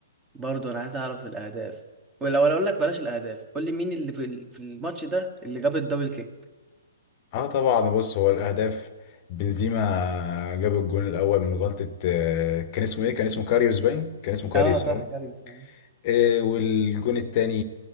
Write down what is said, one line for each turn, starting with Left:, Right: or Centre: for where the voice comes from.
Right: برضه انا عايز اعرف الاهداف ولو انا اقول لك بلاش الاهداف قول لي مين اللي في ال- في الماتش ده اللي جاب الدبل كيك
Left: اه طبعا بص هو الاهداف بنزيما جاب الجون الاول من غلطة آه، كان اسمه ايه؟ كان اسمه كاريوس باين؟ كان اسمه كاريوس
Right: اه صح
Left: اه
Right: كاريوس اه
Left: إيه، والجون التاني